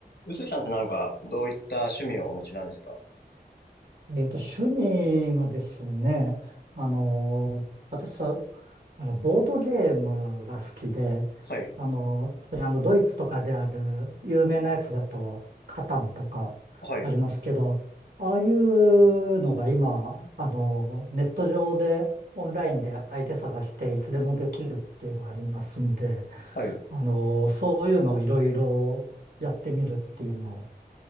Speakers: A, on the left (about 75°); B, on the right (about 75°).
A: 臼井さんってなんか、どういった趣味をお持ちなんですか
B: えっと、趣味はですね、あのー私さ、あの、ボードゲームが好きで、
A: はい、
B: あのー特にあの、ドイツとかである有名なやつだと、カタンとかありますけど、
A: はい、
B: ああいうのが今、あのーネット上で、オンラインで相手探していつでもできるっていうのがありますんで、
A: はい。
B: あのーそういうのをいろいろやってみるっていうのを